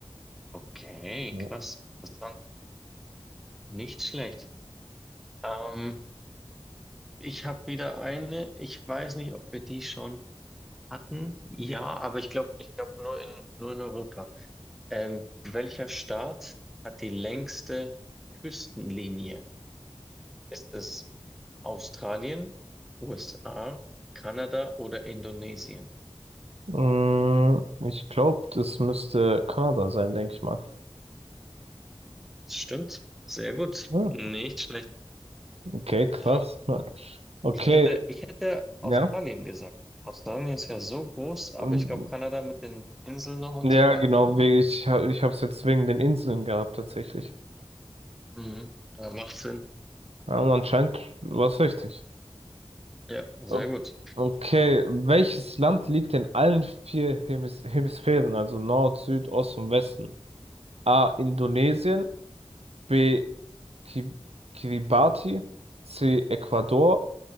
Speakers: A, in the centre; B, on the right (about 80°).
A: Okay,
B: Ja.
A: krass, interessant. Nicht schlecht. Ähm, Ich habe wieder eine. Ich weiß nicht, ob wir die schon hatten. Ja, aber ich glaube, ich glaube nur in, nur in Europa. Ähm, welcher Staat hat die längste Küstenlinie? Ist es Australien, USA, Kanada oder Indonesien?
B: Mm, ich glaube, das müsste Kanada sein, denke ich mal.
A: Das stimmt. Sehr gut.
B: Ah,
A: Nicht schlecht.
B: Okay, krass.
A: Ja.
B: Okay,
A: Ich hätte, ich hätte Australien
B: Ja.
A: gesagt. Australien ist ja so groß, aber
B: Mhm.
A: ich glaube, Kanada mit den Inseln noch und
B: Ja,
A: so weiter.
B: genau, wie ich, ha- ich habe es jetzt wegen den Inseln gehabt tatsächlich.
A: Mhm. Ja, macht Sinn.
B: Aber anscheinend war es richtig.
A: Ja, sehr
B: O-
A: gut.
B: Okay, welches Land liegt in allen vier Hemis Hemisphären, also Nord, Süd, Ost und Westen? A. Indonesien, B. Ki Kiribati, C. Ecuador